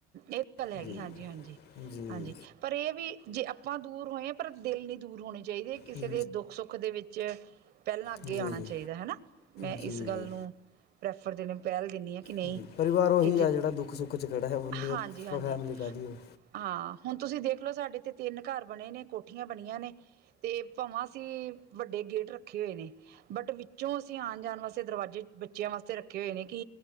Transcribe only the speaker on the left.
ਜੀ
ਜੀ
ਜੀ
ਜੀ
ਜੀ ਜੀ
ਜੀ ਪਰਿਵਾਰ ਉਹੀ
ਆ ਜਿਹੜਾ ਦੁੱਖ- ਸੁੱਖ ਚ' ਖਹੜਾ ਹੈ ਉੰਨੀ ਦਾ
ਫੈਮਿਲੀ ਕਾਹਦੀ ਈ ਉਹ।